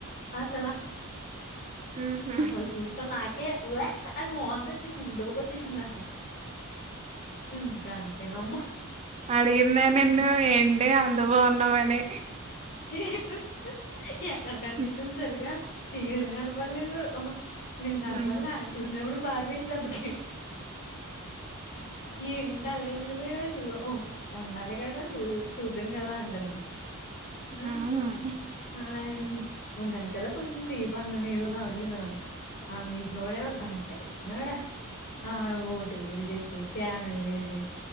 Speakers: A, on the left (about 50°); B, on the right (about 30°).
A: అసలా
B: ఉహు
A: అసలు చూసుకని నాకే యా ఉవ్యక్ అని వంతోచేస్తు డోక వచ్చిసిందసల ఇంకాంతేనమ్మ
B: అడిగిందా నిన్ను ఏంటే అంత బాగున్నావని
A: ఎదు ఎక్ ఎక్కడకనిపించింది
B: ఉమ్
A: సరిగా ఫీజ్ కనపడలేదు నేను కనపడలా
B: ఉమ్
A: చూసినప్పుడు పారిపోయింది దెబ్బకి ఏంటి అలా వెళ్ళిపోయవ్ చూ ఉండాలి కదా చూ చూద్దను కదా అంటని మ్మ్
B: ఉహు
A: అలా అయింది ఉండండి కదా కొంచెం సేపు అన్నని ఏదో కవర్ చేసానున్న ఆ మీషో వాడేమో గంటకెత్తనాడా ఆ ఓ టీబలు చెప్పి స్కాన్లు చేసి